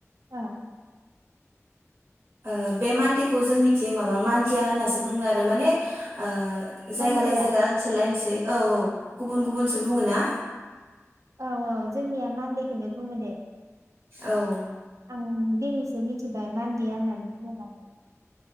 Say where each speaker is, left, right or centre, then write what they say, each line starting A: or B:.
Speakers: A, on the right; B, on the right.
A: ओ।
B: ओ बे मान्देखौ जोंनिथिं माबा मानजिया होननासो बुङो आरो माने ओ जायगा
A: मान्जिया
B: लायै जायगा ओनसोला लायै ओनसै औ औ गुबुन गुबुनसो बुङो ना।
A: औ औ जोंनिया मान्देखौनो बुङो दे।
B: औ।
A: ओं दिनैसो मिथिबाय मान्देया होननानै बुंनानै।